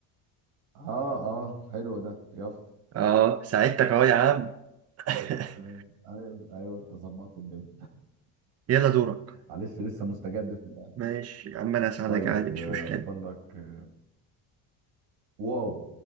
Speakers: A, on the right; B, on the right.
A: اه آه، حلو ده يافطة
B: اه ساعدتك اهو يا عم <laughs>
A: آه، ايوه ايوه انت ظبطت الدنيا
B: يلا دورك
A: معلش لسه مستجد في اللعبه
B: ماشي يا عم انا هساعدك
A: طيب
B: عادي مش
A: آه،
B: مشكلة
A: اختار لك آه، واو